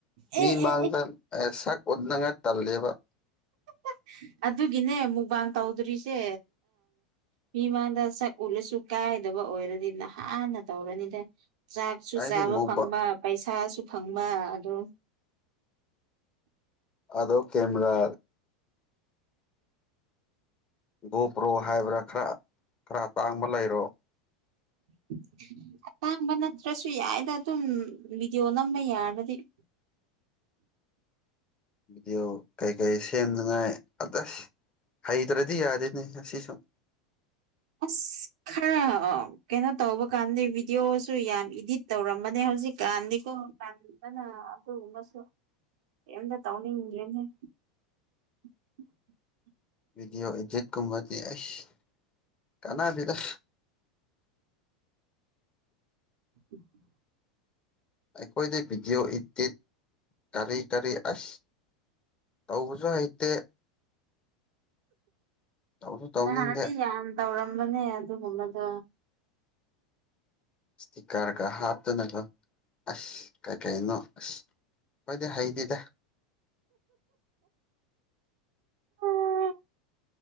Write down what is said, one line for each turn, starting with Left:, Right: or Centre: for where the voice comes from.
Right: ꯑꯦ
Left: ꯃꯤ
Right: ꯑꯦ
Left: ꯃꯥꯡꯗ
Right: ꯑꯦ
Left: ꯁꯛ ꯑꯣꯅꯉꯥꯏ ꯇꯜꯂꯦꯕ
Right: <inaudible> ꯑꯗꯨꯒꯤꯅꯦ ꯃꯨꯛꯕꯥꯥꯡ ꯇꯧꯗꯣꯔꯤꯁꯦ ꯃꯤꯃꯥꯡꯗ ꯁꯛ ꯎꯠꯂꯁꯨ ꯀꯥꯏ ꯗꯥꯕ ꯑꯣꯏꯔꯗꯤ ꯅꯍꯥꯟꯅ ꯇꯧꯔꯅꯤꯗ ꯆꯥꯛꯁꯨ
Left: ꯑꯩꯗꯤ
Right: ꯆꯥꯕ
Left: ꯃꯨꯕ
Right: ꯐꯪꯕ ꯄꯩꯁꯥꯁꯨ ꯐꯪꯕ ꯑꯗꯣ
Left: ꯑꯗꯣ ꯀꯦꯝꯃꯔꯥ ꯒꯣꯄ꯭ꯔꯣ ꯍꯥꯏꯕ꯭ꯔꯥ ꯈꯔ ꯈꯔ ꯇꯥꯡꯕ ꯂꯩꯔꯣ
Right: <inaudible> ꯑꯇꯥꯡꯕ ꯅꯠꯇ꯭ꯔꯁꯨ ꯌꯥꯏꯗ ꯑꯗꯨꯝ ꯚꯤꯗꯤꯑꯣ ꯅꯝꯕ ꯌꯥꯔꯒꯗꯤ ꯎ
Left: ꯚꯗꯤꯑꯣ ꯀꯩꯀꯩ ꯁꯦꯝꯅꯉꯥꯏ ꯑꯗꯁ ꯍꯩꯇ꯭ꯔꯗꯤ ꯌꯥꯗꯦꯅꯦ ꯑꯁꯤꯁꯨꯨꯝ
Right: ꯑꯁ ꯈꯔ ꯀꯩꯅꯣ ꯇꯧꯕ ꯀꯥꯟꯗꯤ ꯚꯤꯗꯤꯑꯣꯁꯨ ꯌꯥꯝ ꯏꯗꯤꯠ ꯇꯧꯔꯝꯕꯅꯦ ꯍꯧꯖꯤꯛꯀꯥꯟꯗꯤꯣ ꯅ ꯑꯗꯨꯒꯨꯝꯕꯁꯨ ꯑꯦꯝꯇ ꯇꯧꯅꯤꯡꯉꯦꯅꯦ <unintelligible>
Left: ꯚꯤꯗꯤꯑꯣ ꯏꯗꯤꯠꯀꯨꯝꯕꯗꯤ ꯑꯩꯁ ꯀꯥꯟꯅꯕꯤꯗ
Right: ꯎꯝ
Left: ꯑꯩꯈꯣꯏꯗꯤ ꯕꯤꯗꯤꯑꯣ ꯏꯇꯠ ꯀꯥꯔꯤ ꯀꯥꯔꯤ ꯑꯁ ꯇꯧꯕꯁꯨ ꯍꯩꯇꯦ ꯇꯧꯁꯨ ꯇꯧꯅꯤꯡꯗꯦ
Right: ꯅꯍꯥꯟꯗꯤ ꯌꯥꯝ ꯇꯧꯔꯝꯕꯅꯦ ꯑꯗꯨꯒꯨꯝꯕꯗꯣ
Left: ꯁꯤꯤꯀꯔꯒ ꯍꯥꯠꯇꯅꯒꯣ ꯑꯁ ꯀꯥꯏ ꯀꯥꯏꯩꯅꯣꯁ ꯍꯣꯏꯗꯦ ꯍꯩꯗꯗꯦ
Right: ꯎꯝ